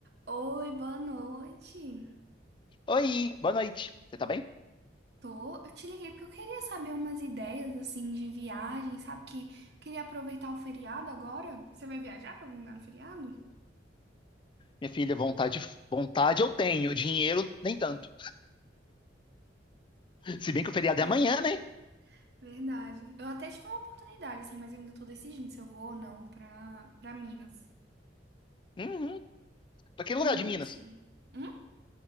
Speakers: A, on the right; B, on the left.
A: Oi, boa noite.
B: Oi, boa noite. Você tá bem?
A: Tô, eu te liguei porque eu queria saber umas ideias assim de viagem, sabe? Que eu queria aproveitar o feriado agora. Você vai viajar pra algum lugar no feriado?
B: Minha filha, vontade, vontade eu tenho, dinheiro nem tanto. Se bem que o feriado
A: Verdade.
B: é amanhã, né?
A: Verdade. Eu até tive uma oportunidade assim, mas eu ainda tô decidindo se eu vou ou não pra para Minas.
B: Uhum. Pra que
A: Mas
B: lugar
A: eu
B: de Minas?
A: não sei. Hum?